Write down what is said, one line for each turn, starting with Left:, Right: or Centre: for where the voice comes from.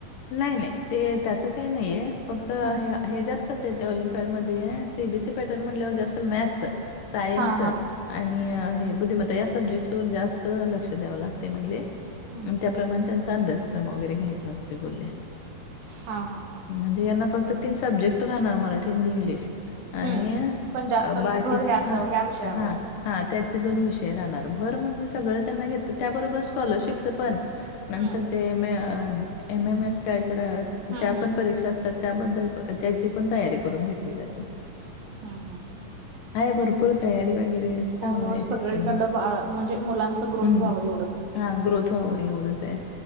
Left: नाय नाय ते त्याच काही नाहीये. फक्त हे
Right: हम्म
Left: ह्यज्यात कस येत ऑलिम्पिडमध्ये C B C E pattern म्हटल्यावर जास्त मॅथ्स सायन्स
Right: हा हा
Left: आणि हे बुद्धिमत्ता या सब्जेक्ट वर जास्त चं लक्ष द्याव लागतय म्हणले.
Right: हम्म
Left: आणि त्याप्रमाणे त्यांचा अभ्यासक्रम वगैरे घ्यायचा असतोय बोलले.
Right: हा हा.
Left: म्हणजे यांना फक्त तीन सब्जेक्ट राहणार मराठी हिंदी इंग्लिश. आणि
Right: हम्म पण जास्त
Left: बाकीचे
Right: भर ह्याच्या
Left: हा
Right: ह्या विषयांवर
Left: हा हा त्याचे दोन विषय राहणार भर म्हणजे सगळं त्यांना घेत त्याबरोबर स्कॉलरशिपचं पण नंतर
Right: हम्म
Left: ते मे एम एम एस काय तर अ
Right: हम्म
Left: त्या
Right: हम्म
Left: पण परीक्षा असतात त्याबद्दल त्याची पण तयारी करून घेतली जाते.
Right: हम्म हम्म
Left: हाय भरपूर तयारी वगैरे चांगलं
Right: ऑल ओव्हर
Left: हाय
Right: सगळीकंड
Left: शिक्षण वगैरे
Right: बाळ म्हणजे मुलांचं ग्रोथ
Left: हम्म
Right: व्हावं एवढंच
Left: हा ग्रोथ व्हावं एवढंच आहे.